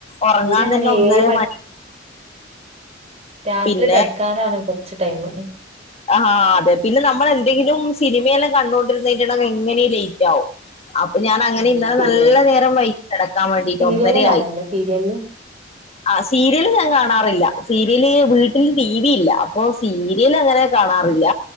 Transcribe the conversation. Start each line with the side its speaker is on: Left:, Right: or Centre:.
Left: ഉറങ്ങാൻ
Right: ഇവിടെ അങ്ങനെ
Left: തന്നെ ഒന്നര
Right: ഏഴ്
Left: മണി
Right: രാത്രി
Left: പിന്നെ
Right: കെടക്കാനാണ് കൊറച്ച് ടൈമ്
Left: ആഹ് അതെ പിന്നെ നമ്മ നമ്മളെന്തെങ്കിലും സിനിമയെല്ലാം കണ്ടോണ്ടിരുന്നിട്ടുണ്ടെങ്കിൽ എങ്ങനെയും ലേറ്റ് ആകും അപ്പൊ ഞാൻ അങ്ങനെ
Right: ആഹ്
Left: ഇന്നലെ
Right: ശരിയാണ്
Left: നല്ല നേരം വൈകി കിടക്കാൻ വേണ്ടിട്ട്
Right: സീരിയല്
Left: ഒന്നരയായി
Right: കാണല്ണ്ടോ സീരിയല്
Left: ആ സീരിയല് ഞാൻ കാണാറില്ല സീരിയല് വീട്ടില് ടി വി ഇല്ല അപ്പൊ സീരിയൽ അങ്ങനെ കാണാറില്ല